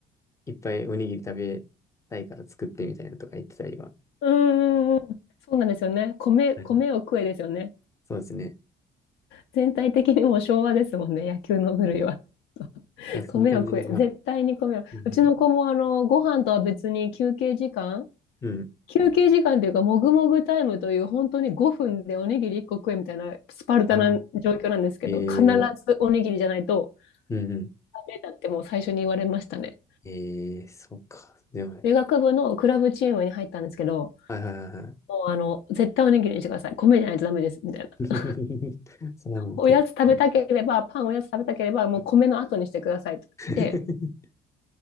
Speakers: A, on the left; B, on the left.
A: いっぱいおにぎり食べたいから作ってみたいなのとか言ってたりは、
B: うんうんうん。そうなんですよね。米、
A: はい
B: 米を食えですよね。
A: そうですね。
B: 全体的にもう昭和ですもんね、野球の部類は。<laughs>
A: だからそんな感じで、
B: 米を食え、
A: まあ、
B: 絶対に米を。
A: うん
B: うちの子もあの、ご飯とは別に休憩時間
A: うん。うん。
B: 休憩時間というか、もぐもぐタイムという、本当に5分でおにぎり1個食えみたいなスパルタな状況なんですけど、
A: ああ、ええ
B: 必ずおにぎりじゃないと
A: うんうん
B: ダメだってもう最初に言われましたね。
A: ええそっか。でも、
B: 理学部のクラブチームに入ったんですけど、
A: はいはいはいはい。
B: もうあの、絶対おにぎりにしてください。米じゃないとダメです。みたいな。
A: <laughs> それはもう徹底。
B: おやつ食べたければ、パンおやつ食べたければ、もう米の後にしてくださいと。
A: <laughs>
B: で、